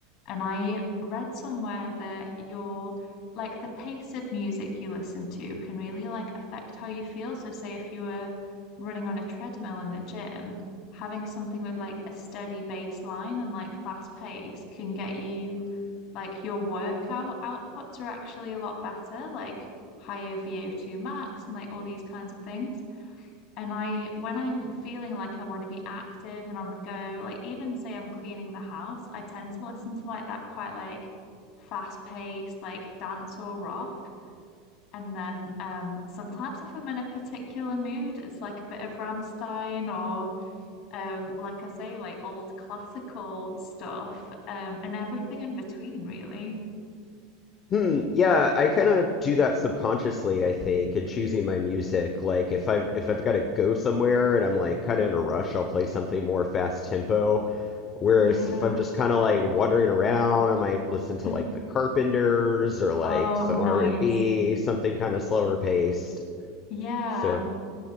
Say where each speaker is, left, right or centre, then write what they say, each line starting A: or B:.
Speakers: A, on the left; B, on the left.
A: And I read somewhere that your like the pace of music you listen to can really like affect how you feel. So say if you were running on a treadmill in the gym, having something with like a steady baseline and like fast pace can get you like your workout outputs are actually a lot better, like higher VO2 max and like all these kinds of things. And I, when I'm feeling like I want to be active and on the go, like even say I'm cleaning the house, I tend to listen to like that quite like fast paced, like dance or rock. And then um, sometimes if I'm in a particular mood, it's like a bit of Rammstein or um, like I say, like old classical stuff um, and everything in between, really.
B: Hmm, yeah, I kind of do that subconsciously, I think, in choosing my music. Like if I've
A: Mm.
B: if I've got to go somewhere and I'm like kind of in a rush, I'll play something more fast tempo. Whereas
A: Yeah.
B: if I'm just kind of like wandering around, I might listen to
A: <laughs>
B: like the Carpenters or like
A: Oh,
B: some
A: nice.
B: R&B, something kind of slower paced.
A: Yeah.
B: So